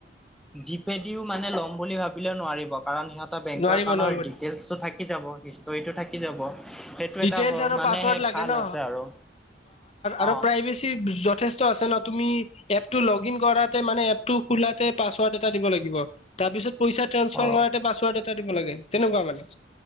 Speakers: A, in the centre; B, on the left.
A: যিপে দিও মানে লম বুলি ভাবিলেও নোৱাৰিব, কাৰণ সিহঁতৰ বেংকৰ
B: নোৱাৰিব
A: একাউণ্টৰ
B: নোৱাৰিব
A: ডিটেইলছ টো থাক- থাকি যাব হিষ্টৰীটো থাকি যাব। সেইটো
B: ডিটেইলছ
A: এটা
B: আৰু
A: মানে
B: পাছৱৰ্ড
A: সেই
B: লাগে
A: ভাল
B: ন
A: আছে আৰু
B: আৰু
A: অ
B: প্ৰাইভেচি যথেষ্ট ত আছে ন তুমি এপ লগ ইন কৰা মানে এপটো খোলাতে পাছৱৰ্ড এটা দিব লাগিব। তাৰ পিছত পইচাত ট্ৰান্সফাৰ
A: অ
B: কৰাতে পাছৱৰ্ড এটা দিব লাগে, তেনেকুৱা মানে,